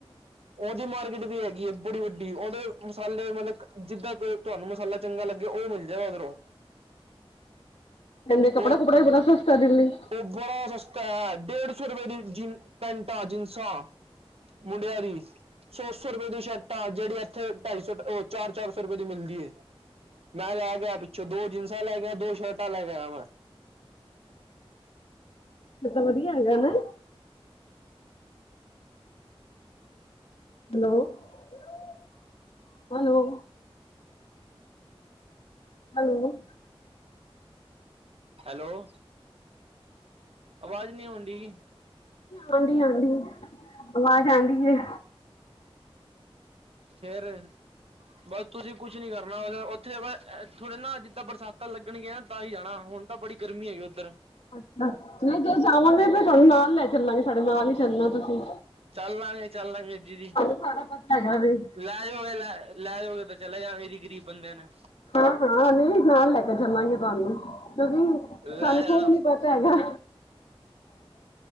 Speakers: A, on the right; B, on the left.
A: ਉਹਦੀ ਮਾਰਕੀਟ ਵੀ ਹੈਗੀ ਏ ਬੜੀ ਵੱਡੀ, ਉਹਦੇ ਮਸਾਲੇ ਮਤਲਬ ਜਿੱਦਾਂ ਤੁਹਾਨੂੰ ਮਸਾਲਾ ਚੰਗਾ ਲੱਗੇ ਉਹ ਮਿਲ ਜਾਏ ਉਧਰੋਂ
B: ਕਹਿੰਦੇ ਕੱਪੜਾ
A: ਉਹ
B: ਕੁਪੜਾ ਵੀ ਬੜਾ ਸਸਤਾ ਦਿੱਲੀ
A: ਉਹ ਬੜਾ ਸਸਤਾ ਹੈ ਡੇਢ ਸੌ ਰੁਪਏ ਦੀ ਜਿ ਪੈਂਟਾ, ਜੀਨਸਾ। ਮੁੰਡਿਆ ਦੀ। ਸੋ-ਸੌ ਰੁਪਏ ਦੀ ਸ਼ਰਟਾ ਜਿਹੜੀ ਇੱਥੇ ਢਾਈ ਸੌ ਉਹ ਚਾਰ-ਚਾਰ ਸੌ ਰੁਪਏ ਦੀ ਮਿਲਦੀ ਏ। ਮੈਂ ਲੈ ਆ ਪਿੱਛੋਂ ਦੋ ਜੀਨਸਾਂ ਲੈ ਕੇ ਆ ਦੋ ਸ਼ਰਟਾਂ ਲੈ ਕੇ ਆਯਾ ਵਾ।
B: ਫੇਰ ਤਾ ਵਧੀਆ ਹੈਗਾ ਨਾ। ਹੈਲੋ-ਹੈਲੋ। ਹੈਲੋ ਨਹੀਂ
A: ਹੈਲੋ, ਅਵਾਜ਼ ਨਹੀਂ ਆਉਣਡੀ।
B: ਹਾਂਜੀ-ਹਾਂਜੀ ਆਵਾਜ਼ ਆਂਦੀ ਪੀ ਏ।
A: ਫੇਰ ਬਸ ਤੁਸੀਂ ਕੁਛ ਨੀ ਕਰਨਾ ਓਹਦਾ ਅ ਇਥੋਂ ਦੀ ਨਾ ਜਿੱਦਾਂ ਬਰਸਾਤਾ ਲੱਗਣਗੀਆ ਨਾ ਤਾਹੀ ਜਾਣਾ ਹੁਣ ਤਾ ਬੜੀ ਗਰਮੀ ਹੈਗੀ ਉੱਧਰ।
B: ਅੱਛਾ ਨਈ ਜਦੋਂ ਜਾਵਾਂਗੇ ਫੇਰ ਤੁਹਾਨੂੰ ਨਾਲ ਲੈ ਚੱਲਾਂਗੇ ਸਾਡੇ ਨਾਲ ਹੀ ਚੱਲਣਾ ਤੁਸੀ।
A: ਚੱਲਲਾਗੇ-ਚੱਲਲਾਗੇ ਦੀਦੀ,
B: ਸਾਰਾ ਪਤਾ ਹੈਗਾ ਵੇ
A: ਲੈ ਲੈਜੋਗੇ ਲੈ, ਲੈ ਜੋਗੇ ਤੇ ਚਲੇਗਾ ਜੀ ਗ਼ਰੀਬ ਬੰਦੇ ਨੁੰ।
B: ਹਾਂ-ਹਾਂ ਨੀ ਨਾਲ ਲੈਕੇ ਚੱਲਾਂਗੇ ਤੁਹਾਨੂੰ, ਕਿਉਂਕਿ
A: ਲੈ
B: ਸਾਨੂੰ
A: ਜਾਣਾ
B: ਖੁਦ ਨੀ ਪ ਤਾ ਹੈਗਾ।